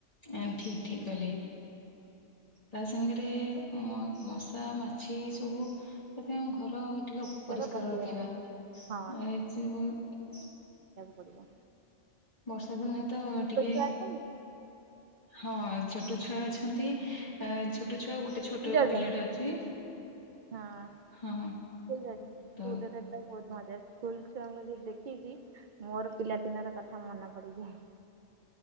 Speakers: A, on the left; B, on the right.
A: ଆଁ ଠିକ୍ ଠିକ୍ କହିଲେ ତା ସାଙ୍ଗରେ ମ ମଶା ମାଛି ଏସବୁ ତା ସାଙ୍ଗକୁ ଘର ଟିକେ
B: ଜୋରେ
A: ପରିଷ୍କାର
B: ବସେଇବାନି।
A: ରଖିବା
B: ହଁ
A: ଆ <unintelligible>
B: ବଢିଆ।
A: ବର୍ଷା ଦିନରେ ତ ଟିକେ,
B: ଛୁଆ ଅଛନ୍ତି
A: ହଁ ଛୋଟ ଛୁଆ ଅଛନ୍ତି। ଏଁ ଛୋଟ୍ ଛୋଟ ଛୁଆ ଗୋଟେ ଛୋଟ
B: ସ୍କୁଲ ଯାଉଛନ୍ତି
A: ପିଲାଟେ ଅଛି,
B: ହଁ
A: ହଁ-ହଁ
B: ସ୍କୁଲ ଯାଉଛନ୍ତି ସ୍କୁଲରେ
A: ତ
B: ବହୁତ ମଜା ସ୍କୁଲ ଛୁଆଙ୍କୁ ଯେ ଦେଖିକି ମୋର ପିଲାଦିନର କଥା ମନେ ପଡିଯାଏ ।